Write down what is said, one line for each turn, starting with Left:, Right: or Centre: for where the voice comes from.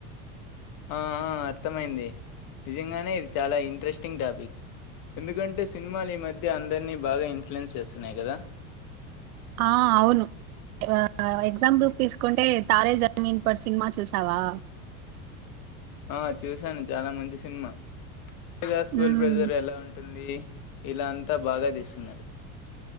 Left: ఆఆ అర్థమైంది నిజంగానే ఇది చాలా ఇంట్రెస్టింగ్ టాపిక్ ఎందుకంటె సిన్మాల్ ఈ మధ్య అందరినీ బాగ ఇన్ఫ్లుయెన్స్ చేస్తున్నాయ్ కదా
Right: ఆ అవును అ ఎగ్జామ్ పుల్ తీసుకుంటే తారే జమీన్ పర్ సినిమా చూసావా
Left: ఆ చూశాను చాలా మంచి సినిమా తెలిదా స్కూల్
Right: ఉమ్,
Left: ప్రెజర్ ఎలా ఉంటుంద్ వి విల్లు అంతా బాగా తీస్తున్నారు